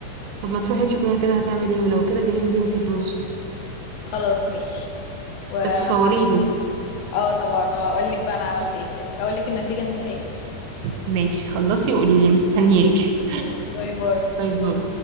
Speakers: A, on the right; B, on the left.
A: طب ما تروحي تشوفيها كده هتعمل ايه ولو كده جهزي انتي الرز
B: خلاص ماشي و
A: بس
B: <laughs>
A: صوريلي
B: اه طبعا واقول لك بقى انا عملت ايه في الاخر هقول لك النتيجه النهائيه
A: ماشي خلصي وقولي لي مستنياكي
B: ماشي باي باي
A: باي باي